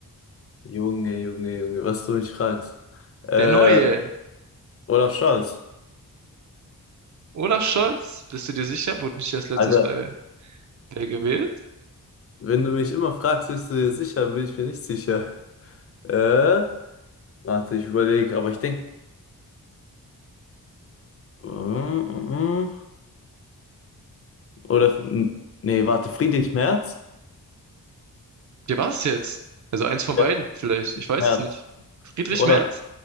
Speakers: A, on the left (about 40°); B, on the right (about 50°).
A: Junge, Junge, Junge, was du mich fragst. Äh,
B: Der neue.
A: Olaf Scholz.
B: Olaf Scholz? Bist du dir sicher? Wurde nicht erst letztens
A: Alter,
B: Wer gewählt?
A: wenn du mich immer fragst, bist du dir sicher, dann bin ich mir nicht sicher. Äh, warte, ich überlege, aber ich denke. Oder. n- Nee, warte, Friedrich Merz?
B: Ja, war's jetzt? Also eins von
A: Ja,
B: beiden vielleicht. Ich weiß
A: Merz.
B: es nicht. Friedrich
A: Olaf.
B: Merz?